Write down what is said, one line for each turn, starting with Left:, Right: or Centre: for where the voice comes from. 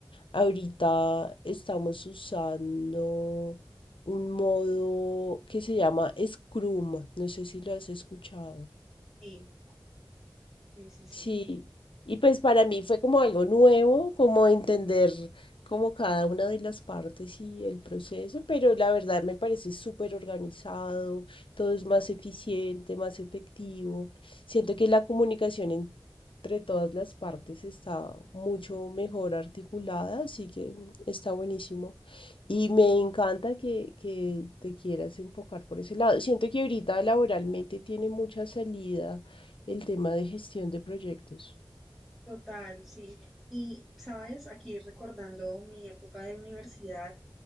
Left: Ahorita estamos usando un modo que se llama Scrum, no sé si lo has escuchado.
Centre: Sí, sí, sí, sí.
Left: Sí, y pues para mí fue como algo nuevo, como entender como cada una de las partes y el proceso, pero la verdad me parece súper organizado, todo es más eficiente, más efectivo. Siento que la comunicación entre todas las partes está mucho mejor articulada, así que está buenísimo. Y me encanta que, que te quieras enfocar por ese lado. Siento que ahorita laboralmente tiene mucha salida el tema de gestión de proyectos.
Centre: Total, sí. Y, sabes, aquí recordando mi época de universidad,